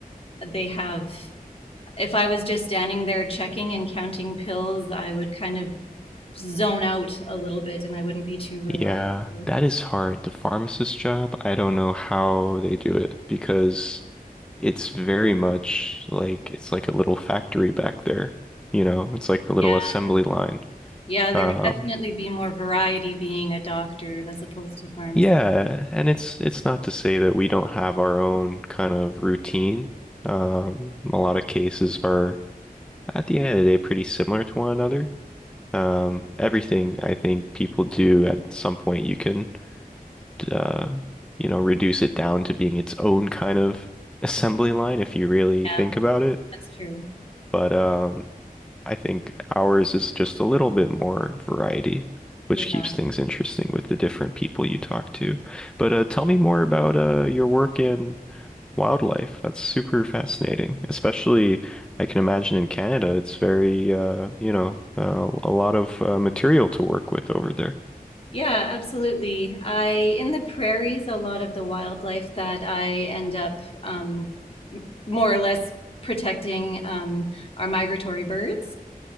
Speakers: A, on the left; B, in the centre.
A: they have, if I was just standing there checking and counting pills, I would kind of zone out a little bit and I wouldn't be too reliable.
B: Yeah, that is hard. The pharmacist job, I don't know how they do it because it's very much like it's like a little factory back there. You know, it's like a little
A: Yeah,
B: assembly line.
A: yeah, there
B: Um,
A: would definitely be more variety being a doctor as opposed to pharmacy.
B: Yeah, and it's it's not to say that we don't have our own kind of routine. Um, a lot of cases are at the end of the day pretty similar to one another. Um, everything I think people do at some point you can uh, you know reduce it down to being its own kind of <laughs> assembly line if you really
A: Yeah.
B: think about it.
A: That's true.
B: But um, I think ours is just a little bit more variety, which
A: Yeah,
B: keeps things interesting with the different people you talk to. But uh, tell me more about uh, your work in wildlife. That's super fascinating. Especially, I can imagine in Canada, it's very, uh, you know, uh, a lot of uh, material to work with over there.
A: yeah, absolutely. I in the prairies, a lot of the wildlife that I end up um, more or less protecting um, are migratory birds.